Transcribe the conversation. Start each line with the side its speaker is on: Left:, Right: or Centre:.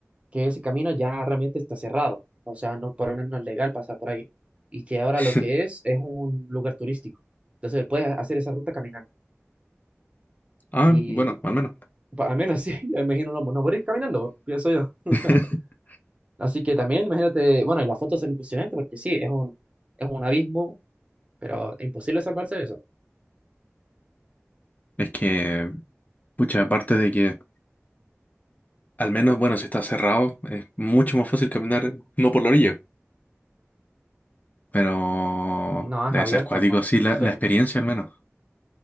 Right: que ese camino ya realmente está cerrado, o sea, no, por lo menos no es legal pasar por ahí, y que ahora
Left: <laughs>
Right: lo que es es un lugar turístico. Entonces puedes hacer esa ruta caminando.
Left: Ah,
Right: Y
Left: bueno, al menos.
Right: pa- al menos sí, <laughs> me imagino no, no morir caminando, pienso yo. <laughs>
Left: <laughs>
Right: Así que también, imagínate, bueno, y las fotos son impresionantes porque sí, es un, es un abismo, pero es imposible salvarse de eso.
Left: Es que, pucha, aparte de que, al menos, bueno, si está cerrado, es mucho más fácil caminar, no por la orilla, pero
Right: No, es
Left: debe
Right: abierto
Left: ser cuático,
Right: nomás.
Left: sí, la,
Right: Sí,
Left: la experiencia al menos.